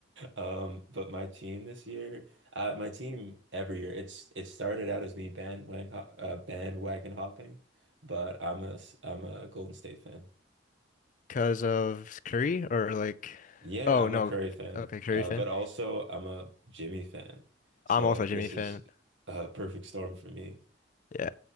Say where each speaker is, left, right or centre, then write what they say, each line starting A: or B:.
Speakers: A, on the right; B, on the left.
A: Um, but my team this year, uh my team every year, it's it started out as me bandwagon uh, bandwagon hopping, but I'm a s- I'm a Golden State fan.
B: because of Curry or like,
A: Yeah,
B: oh
A: I'm
B: no,
A: a Curry fan,
B: okay, Curry
A: uh,
B: fan.
A: but also I'm a Jimmy fan. So
B: I'm also
A: like
B: a Jimmy
A: this
B: fan.
A: is a perfect storm for me.
B: Yeah.